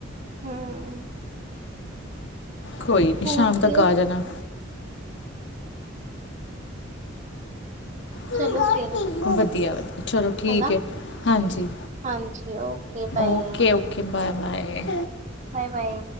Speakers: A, on the right; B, on the left.
A: ਹੂੰ
B: ਕੋਈ ਨਹੀਂ
A: ਹੋਰ
B: ਸ਼ਾਮ ਤੱਕ
A: ਫਿਰ
B: ਆ ਜਾਣਾ ਵਧੀਆ
A: ਚਲੋ ਫਿਰ
B: ਵਧੀਆ ਚਲੋ ਠੀਕ
A: ਹਨਾ
B: ਹੈ ਹਾਂਜੀ
A: ਹਾਂਜੀ okay bye
B: okay okay bye bye
A: bye bye